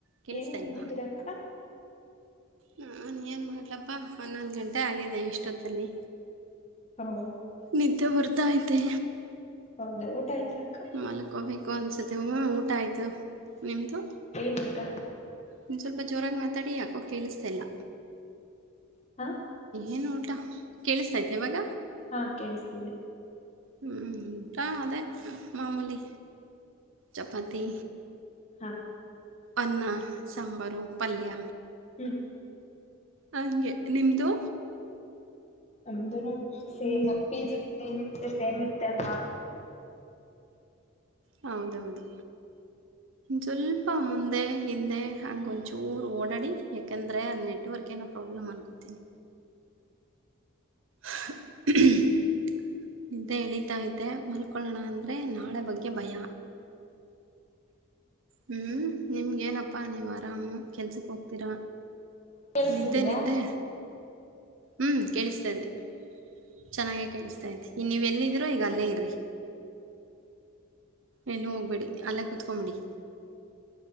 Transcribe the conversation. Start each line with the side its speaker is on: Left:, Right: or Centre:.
Right: ಕೇಳಿಸ್ತಾ
Left: ಏನ್ ಮಾಡ್ತಿದ್ದೀರಕ್ಕ
Right: ಇಲ್ವಾ ನಾನು ಏನು ಮಾಡ್ಲಪ್ಪ ಹನ್ನೊಂದು ಗಂಟೆ ಆಗಿದೆ ಇಷ್ಟೊತ್ತಲ್ಲಿ
Left: ಹೌ
Right: ನಿದ್ದೆ ಭರ್ತಾವತೆ
Left: ಹೌದಾ ಊಟ ಆಯ್ತ ಅಕ್ಕ
Right: ಮಲಕೋ ಬೇಕು ಅನ್ಸುತ್ತೆ ಹ್ಞ ಊಟ ಆಯತು ನಿಮ್ದು
Left: ಏನ್ ಊಟ
Right: ನಿವು ಸ್ವಲ್ಪ ಜೋರಾಗಿ ಮಾತಾಡಿ ಯಾಕೋ ಕೇಳಿಸತಲ್ಲ
Left: ಹಾ
Right: ಏನು ಊಟಾ ಕೇಳಿಸತೈತೆ ಇವಾಗ.
Left: ಹಾ ಕೇಳಿಸ್ತಿದೆ
Right: ಹ್ಮ್. ಊಟ ಅದೇ ಮಾಮೂಲಿ. ಚಾಪತಿ.
Left: ಹಾ
Right: ಅನ್ನ ಸಂಬಾರು ಪಲ್ಯ.
Left: ಹ್ಮ್
Right: ಹಂಗೆ ನಿಮ್ದು.
Left: ನಮ್ದುನು ಸೇಮ್ ಪಿ ಜಿ ಲೀ ಏನಿರುತ್ತ ಸೇಮ್ ಇರ್ತ್ತ ಅಲ್ವಾ.
Right: ಹೌದ್ ಹೌದು ಸ್ವಲ್ಪ ಮುಂದೆ ಹಿಂದೆ ಹಾಗೊಂಚೂರು ಓಡಾಡಿ ಯಾಕಂದರೆ ನೆಟ್ವರ್ಕ್ ಏನೋ ಪ್ರಾಬ್ಲಮ್ ಅನ್ಕೋತೀನಿ. ಹಾ <unintelligible> ನಿದ್ದೆ ಎಳತಾಯಿದ್ದೆ ಮಲ್ಕೊಳ್ಳೋಣ ಅಂದರೆ ನಾಳೆ ಬಗ್ಗೆ ಭಯ. ಹ್ಮ್ ನಿಮ್ಗ್ ಏನಪ್ಪಾ ನೀವು ಅರಾಮ್ ಕೆಲ್ಸಕ್ ಹೋಗ್ತೀರಾ.
Left: ಕೇಳ್ಸಿದ್ಯಾ
Right: ನಿದ್ದೆ ನಿದ್ದೆ. ಹ್ಮ್ ಕೇಳ್ಸ್ತಾಯಿದೆ ಚೆನ್ನಾಗೇ ಕೇಳಿಸ್ತಾದೆ ಈ ನೀವು ಎಲ್ಲಿದ್ದೀರೋ ಈಗ ಅಲ್ಲೇ ಇರಿ. ಎಲ್ಲ ಹೋಗ್ಬೇಡಿ ಅಲ್ಲೇ ಕೂತ್ಕೊಂಬಿಡಿ.